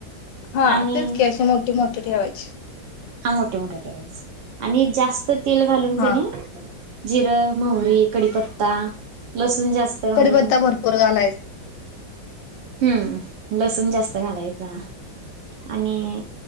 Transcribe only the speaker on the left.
हा
तेच की अशी मोठीे मोठीे ठेवायची.
हा
कडीपत्ता भरपूर घालायचा